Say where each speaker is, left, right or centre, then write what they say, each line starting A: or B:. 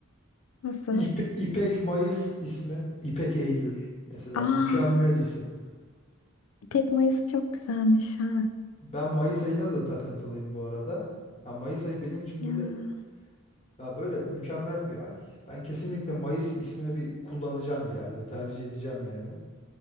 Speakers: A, on the left (about 70°); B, on the left (about 30°).
A: Nasıl?
B: İp- İpek Mayıs ismi. İpek Eylül. Mesela
A: Aa,
B: mükemmel isim.
A: İpek Mayıs çok güzelmiş ha.
B: Ben Mayıs ayına da takıntılıyım bu arada. Ya Mayıs ayı benim için
A: Ya.
B: böyle ya böyle mükemmel bir ay. Ben kesinlikle Mayıs ismini bir kullanacağım bir yerde. Tercih edeceğim yani.